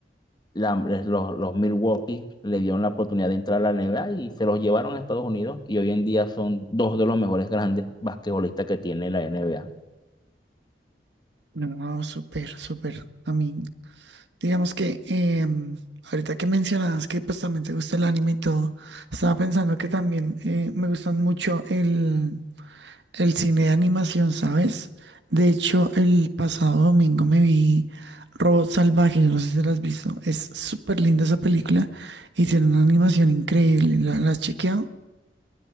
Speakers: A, on the left; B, on the right.
A: la- los, los Milwaukee le dieron la oportunidad de entrar a la N B A y se los llevaron a Estados Unidos. Y hoy en día son dos de los mejores grandes basquetbolistas que tiene la N B A
B: No, súper, súper. A mí Digamos que em, ahorita que mencionabas que pues también te gusta el anime y todo, estaba pensando que también eh, me gustan mucho el, el cine de animación, ¿sabes? De hecho, el pasado domingo me vi Robot Salvaje, yo no sé si la has visto, es súper linda esa película y tiene una animación increíble, ¿la, la has chequeado?